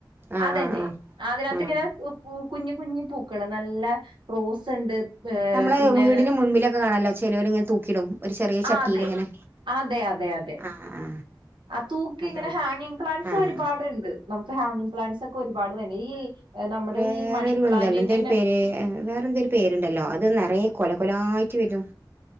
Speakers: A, on the right (about 30°); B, on the right (about 90°).
A: ആ
B: അതന്നെ
A: ആ ആ
B: അതിന
A: ആ
B: ട്ടിങ്ങനെ ഉ പൂ കുഞ്ഞു കുഞ്ഞു പൂക്കള് നല്ല റോസ് ഉണ്ട് ഏഹ്
A: നമ്മളെ
B: പിന്നെ
A: വീടിന് മുൻപിലൊക്കെ കാണാല്ലോ ചിലവർ ഇങ്ങനെ തൂക്കിടും ഒരു ചെറിയ ചട്ടിൽ
B: ആ അതെ
A: ഇങ്ങനെ
B: അതെ അതെ അതെ
A: ആ ആ
B: ആ തൂക്കി
A: അതാവും
B: ഇങ്ങനെ ഹാങ്ങിങ് പ്ലാൻറ്സ്
A: ആ
B: ഒരുപാടുണ്ട്
A: ആ
B: നമുക്ക് ഹാഗിംഗ് പ്ലാൻസ് ഒക്കെപാട് വന്നെ ഈ ഏഹ് നമ്മുടെ
A: വേറെയൊരു
B: ഈ മണി പ്ലാന്റിന്റെന്നെ
A: എന്താലോ എന്തെും പേര് വേറെ എന്തൊരു പേരുണ്ടല്ലോ അത് നിറയ കൊല കൊലായിട്ട് വരും